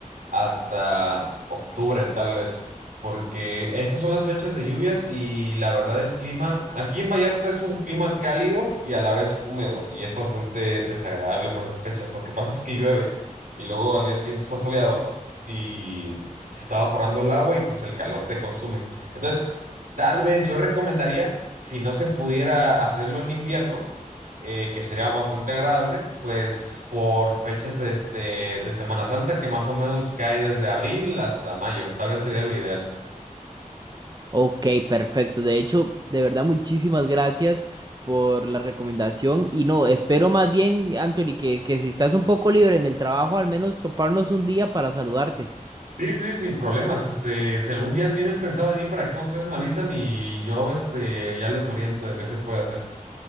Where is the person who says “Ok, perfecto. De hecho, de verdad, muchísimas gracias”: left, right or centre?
Right